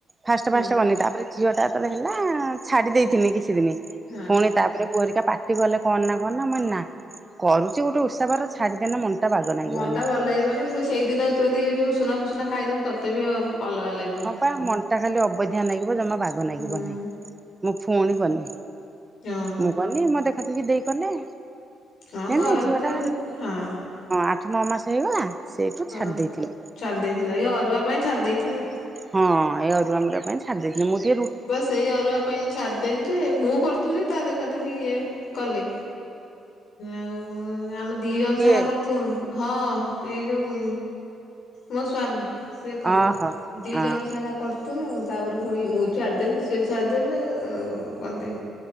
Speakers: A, on the right; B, on the left.
A: ଫାଷ୍ଟ
B: ହୁଁ
A: ଫାଷ୍ଟ କନି ତାପରେ ଝିଅ ଟା ଯେତେବେଳେ ହେଲା ଛାଡ଼ି ଦେଇଥିନି କିଛି ଦିନି
B: ହଁ।
A: ପୁଣି ତାପରେ ବୋଉ ହେରିକା ପାଟି କଲେ କ ନା କନା ମୁଁ କହିଲି ନା କରୁଛି ଗୋଟେ ଓଷା ବାର ଛାଡ଼ି ଦେଲେ ମନ ମନ ଟା ବାଗଲାଗିବନି
B: ମନ୍ଦା ଭଲ ଲାଗିବନି ପୁଣି ସେଇଦିନ ତୁ ଯଦି ଯୋଉ ସୁନା ଫୁସୁନା ଖାଇଦବୁ ତତେ ବି ଅଲଗା ଲାଗିବ।
A: ହଁ ବା ମନ ଟା ଖାଲି ଅବଧିଆ ଲାଗିବ ଜମା ବାଗ ଲାଗିବ
B: ହୁଁ
A: ନାହିଁ। ମୁଁ ପୁଣି କଲି
B: ହଁ
A: ମୁଁ କଲି ମୋ ଦେଖାଦିକି ଦେଇ କଲେ।
B: ହଁ
A: ହେ
B: ଘର
A: ନାଇ ଝିଅ
B: ଭିତରେ
A: ଟାଁ
B: ହଁ ହଁ।
A: ଆଠ ନଅ ମାସ ହେଇଗଲା ସେଇଠୁ ଛାଡି
B: ହଁ
A: ଦେଇଥିଲି।
B: ଛାଡି ଦେଇେଥିଲା ଇଏ ଅରୁଆ ପାଇଁ ଛାଡି ଦେଇେଥିବ।
A: ହଁ ଏ ଅରୁଆ ମାରୁଆ ପାଇଁ ଛାଡ଼ି ଦେଇଥିଲେ ମୋ ଦୀ
B: ହୁଁ ବାସ ଏଇ ଅରୁଆ ପାଇଁ ଛାଡିଦେନି ଯେ ମୁଁ କରୁଥିଲି ତା ଦେଖାଦୁଖୀ ଇଏ କଲେ ଆଉ ଆମେ ଦି ଜଣ
A: କିଏ?
B: ସାରା କରୁଥିଲୁ ହଁ ଏଇ ଯୋଉ ମୋ ସ୍ୱାମୀ ସିଏ କଲେ
A: ଓହୋ
B: ଦିଇ
A: ଓହୋ
B: ଜଣ ସାରା କରୁଥିଲୁ ତାପରେ ପୁଣି ମୁ ଚାରିଦିନ ନି ସେ ଚାରିଦିନ କଣତି